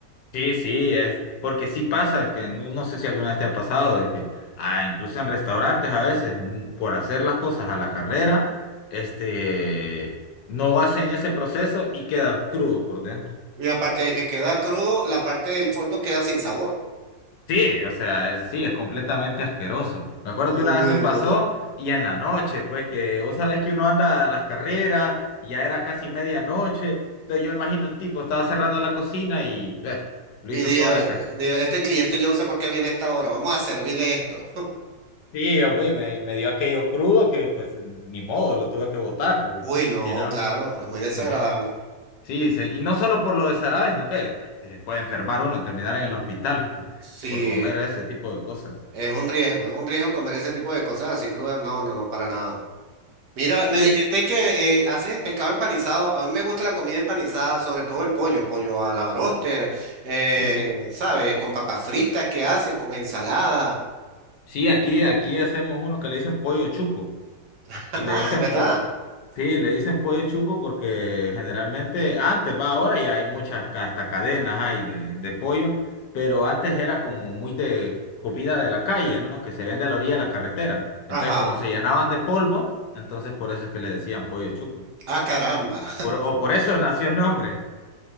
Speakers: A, on the left; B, on the right.
A: Sí, sí, es porque sí pasa que no, no sé si alguna vez te ha pasado de que ah, incluso en restaurantes a veces mm, por hacer las cosas a la carrera, este no hacen ese proceso y queda crudo por dentro.
B: Y aparte de que queda crudo, la parte del fondo queda sin sabor.
A: Sí, o sea, es- sí, es completamente asqueroso. Me acuerdo
B: Uy,
A: que una vez me pasó
B: no.
A: y en la noche, pues que vos sabés que uno anda a las carreras, y ya era casi medianoche, entonces yo me imagino el tipo estaba cerrando la cocina y ves, lo
B: Y
A: hizo
B: diga
A: toda la
B: eh,
A: carrera.
B: dije, este cliente yo no sé por qué viene a esta hora, vamos a servirle esto.
A: Sí, hombre, me, me dio aquello crudo que pues ni modo, lo tuve que botar, porque
B: Uy, no,
A: si no,
B: claro, es muy desagradable.
A: si no, sí, sí, y no solo por lo de Sarabes, no que se puede enfermar uno, terminar en el hospital por,
B: Sí.
A: por comer ese tipo de cosas.
B: Es un riesgo, es un riesgo comer ese tipo de cosas así crudas. No, no, no, para nada. Mira, me
A: Y,
B: dijiste que eh, haces el pescado empanizado. A mí me gusta la comida empanizada, sobre todo el pollo, pollo a la bróster, eh,
A: sí, sí,
B: ¿sabes? Con papas fritas que hacen, con ensalada.
A: sí, aquí, aquí hacemos uno que le dicen pollo chuco.
B: <laughs>
A: Y le
B: Ay,
A: dicen,
B: ¿verdad?
A: pues, sí, le dicen pollo chuco porque generalmente antes, va ahora ya hay muchas, ca- hasta cadenas hay de, de pollo, pero antes era como muy de comida de la calle, ¿no? Que se vende a la orilla de la carretera. Entonces,
B: Ajá.
A: como se llenaban de polvo, entonces por eso es que le decían pollo chuco.
B: Ah, caramba.
A: Por- o por eso nació el nombre,